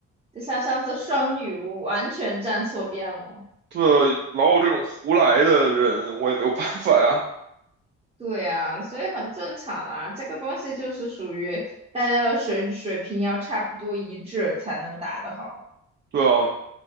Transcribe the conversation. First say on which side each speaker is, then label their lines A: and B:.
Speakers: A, on the right; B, on the right.
A: 就像上次双女巫完全站错边了。
B: 对，老有这种胡来的人，我也没有办法呀。
A: 对啊，所以很正常啦。这个东西就是属于大家的水水平要差不多一致才能打得好。
B: 对啊，